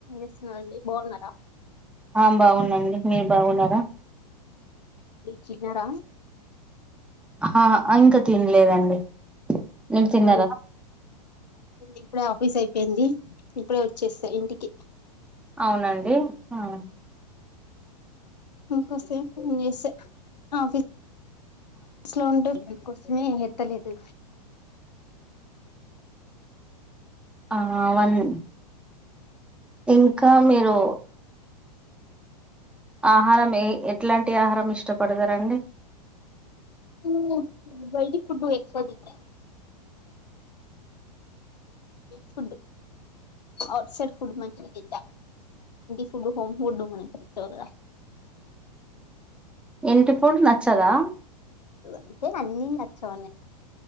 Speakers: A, on the left; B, in the centre.
A: yes మళ్ళీ బోనరా
B: ఆ బాగునం మీరు బాగున్నారా
A: చిగెర
B: హ ఇంకా తినలేదండి మీరు
A: <unintelligible>
B: తిన్నారా
A: ఇప్పుడే ఆఫీస్ అయిపోయింది ఇప్పుడే వచ్చేస్తా ఇంటికి
B: అవునండి ఆహా
A: ఇంకొస్తే ఫోన్ చేస్ ఆఫీస్ స్లో ఉంటే <unintelligible> కోసమే ఎత్తలేదు
B: ఆ వన్ ఇంకా మీరు ఆహారం ఏ ఎట్లాంటి ఆహారం ఇష్టపడతారండి
A: ఉం బైటి ఫుడ్ ఎక్కువ తింటా ఫడ్ ఔట్సైడ్ ఫుడ్ మంచిగ తింటా ఇంటి ఫుడ్ హోమ్ ఫుడ్ మనకి నచ్చావ్ కదా
B: ఇంటి ఫుడ్ నచ్చదా
A: అంటే అన్ని నచ్చవ